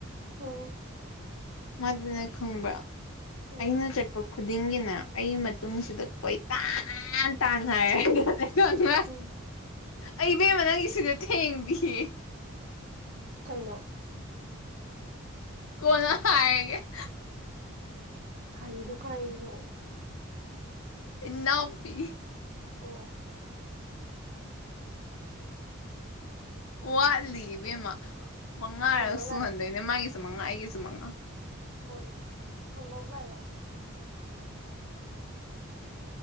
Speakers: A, on the right (about 50°); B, on the left (about 75°).
A: ꯎꯝ
B: ꯃꯗꯨꯅ ꯈꯪꯕ꯭ꯔ
A: ꯎꯝ
B: ꯑꯩꯅ ꯆꯠꯄ ꯈꯨꯗꯤꯡꯒꯤꯅꯦ ꯑꯩ ꯃꯇꯨꯡꯁꯤꯗ ꯀꯣꯏꯇꯥꯟ ꯇꯥꯟꯅꯔꯦ ꯅꯪ ꯑ
A: ꯎꯝ
B: ꯑꯩꯕꯦꯝꯃ ꯅꯪꯒꯤ ꯁꯤꯗ ꯊꯦꯡꯕꯤꯌꯦ
A: ꯀꯩꯅꯣ
B: ꯀꯅ ꯍꯥꯏꯑꯒꯦ
A: ꯀꯔꯤꯗꯨꯣ ꯀꯩꯅꯣ
B: ꯏꯅꯥꯄꯤ
A: ꯑꯣ
B: ꯋꯥꯠꯂꯤ ꯏꯕꯦꯝꯃ ꯃꯉꯥꯔꯛ
A: ꯐꯣꯟ ꯂꯧ
B: ꯁꯨ
A: ꯂꯥꯛꯏꯔꯥ
B: ꯍꯟꯗꯣꯏ ꯃꯥꯒꯤꯁꯨ ꯃꯉꯥ ꯑꯩꯒꯤꯁꯨ ꯃꯉꯥ
A: ꯐꯣꯟ ꯐꯣꯟ ꯂꯧ ꯂꯥꯛꯏꯔꯥ